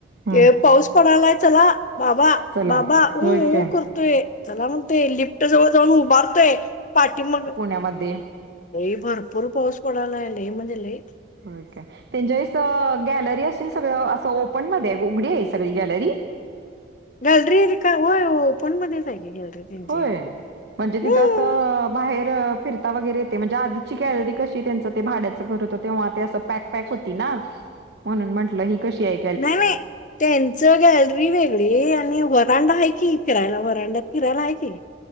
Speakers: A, on the right; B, on the left.
A: हम्म
B: ते पाऊस पडालाय चला बाबा
A: चला
B: बाबा उ
A: होय
B: उ
A: काय
B: करतोय चला म्हणतेय लिफ्ट जवळ जाऊन उभारतोय पाठी मग
A: मध्ये
B: लई भरपूर पाऊस पडायला आहे लई म्हणजे लईट
A: होय काय त्यांच्या वेळेस गॅलरी असशी सगळं असं ओपन मध्ये उघडी आहे सगळी गॅलरी
B: गॅलरी काय होय पोनमध्येध्येच आहेय गॅलरी त्यांची
A: होय. म्हणजे
B: हम्म
A: तिथं असं बाहेर फिरत वर आची कॅलरी कशी त्यां भाड्याच घर होत तेव्हा अस पॅक पॅक होती ना म्हणून म्हटलं ही कशी आहेऐ
B: नाही नाही त्यांचं गॅलरी वेगळी आणि वरांडा आहे की फिरायला वरांडा हिरायला आहे क